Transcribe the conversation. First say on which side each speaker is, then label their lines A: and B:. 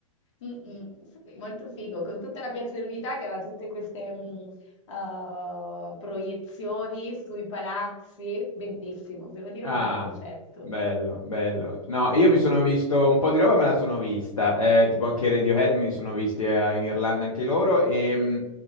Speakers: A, on the left; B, on the left.
A: Mm, mm, sì, molto figo, con tutta la Piazza dell'Unità che aveva tutte queste mm, eh, proiezioni sui palazzi, bellissimo, devo dire
B: Ah,
A: un gran concerto.
B: bello, bello. No, io
A: Sì.
B: mi sono visto un po' di roba, me la sono vista. eh, tipo anche i Radiohead me li sono visti eh, in Irlanda anche loro. E mh,